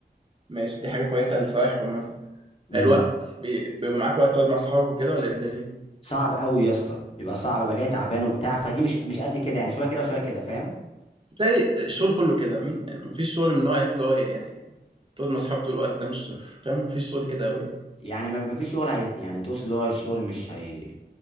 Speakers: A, on the right; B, on the left.
A: ماشي دي حاجة كويسة لصالحهم مثلا
B: امم
A: الوقت بي- بيبقى معاك وقت تقعد مع أصحابك وكده ولا إيه الدنيا
B: صعب قوي يا اسطى بيبقى صعب بقى جاي تعبان وبتاع فدي مش مش قد كده يعني شويه كده وشويه كده فاهم
A: تلاقي الشغل كله كده مين يعني مفيش شغل من نوع ايه اللي هو يعني تقعد مع اصحابك طول الوقت ده مش شغل. <laughs> فاهم مفيش شغل كده قوي يعني
B: يعني ما ما فيش شغل هي... يعني تقصد اللي هو الشغل مش هي